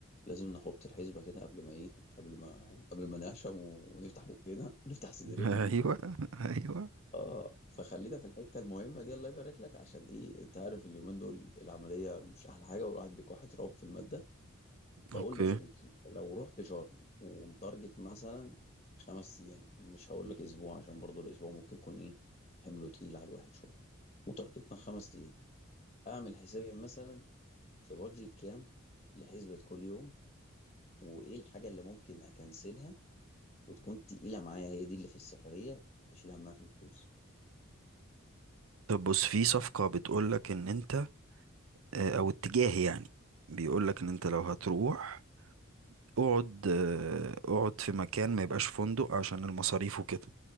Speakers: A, on the left (about 30°); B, on the right (about 80°).
A: لازم نحط الحسبة كده قبل ما ايه قبل ما قبل ما نعشم و- ونفتح بقنا ونفتح صدرنا
B: ايوه ايوه
A: اه فخلينا في الحتة المهمة دي الله يبارك لك عشان ايه انت عارف اليومين دول العملية مش احلى حاجة والواحد بيكح تراب في المادة
B: اوكي
A: فقول لي يا صديقي لو رحت شرم ومتارجت مثلا خمس ايام مش هقول لك اسبوع عشان برضو الاسبوع ممكن يكون ايه حمله تقيل على الواحد شويه وتارجتنا خمس ايام اعمل حسابي مثلا في بادجت كام لحسبة كل يوم وايه الحاجه اللي ممكن اكنسلها وتكون تقيله معايا هي دي اللي في السفريه اشيل همها في الفلوس
B: طب بص في صفقة بتقولك ان انت آه، او اتجاه يعني بيقول لك ان انت لو هتروح اقعد آه، اقعد في مكان ما يبقاش فندق عشان المصاريف وكده